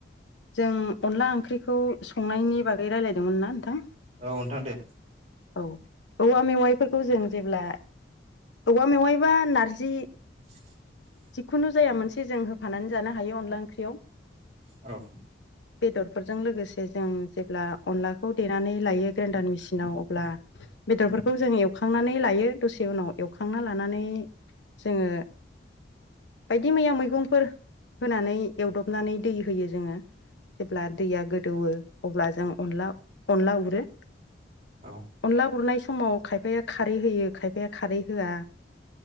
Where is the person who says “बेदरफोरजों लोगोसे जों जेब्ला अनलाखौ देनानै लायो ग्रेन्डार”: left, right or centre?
Left